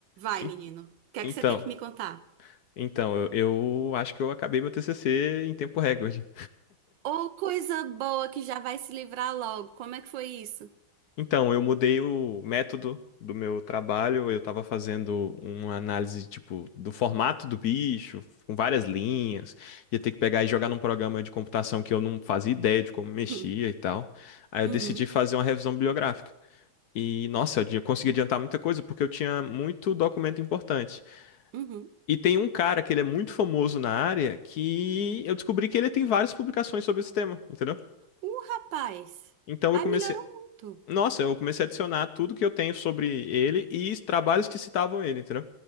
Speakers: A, on the right; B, on the left.
A: Vai,
B: En-
A: menino. O que é
B: Então,
A: que você tem que me contar?
B: então eu, eu acho que eu acabei meu TCC em tempo recorde.
A: Ô, coisa boa que já vai se livrar logo. Como é que foi isso?
B: Então, eu mudei o método do meu trabalho, eu estava fazendo uma análise tipo do formato do bicho, com várias linhas, ia ter que pegar e jogar num programa de computação que eu não fazia ideia de como
A: <laughs>
B: mexia
A: Hum,
B: e tal. Aí eu
A: Uhum,
B: decidi fazer uma revisão bibliográfica. E nossa, eu di- consegui adiantar muita coisa porque eu tinha muito documento importante.
A: uhum.
B: E tem um cara que ele é muito famoso na área que eu descobri que ele tem várias publicações sobre esse tema, entendeu?
A: Uh, rapaz.
B: Então eu
A: Ai,
B: comecei.
A: melhorou muito.
B: Nossa, eu comecei a adicionar tudo que eu tenho sobre ele e trabalhos que citavam ele, entendeu?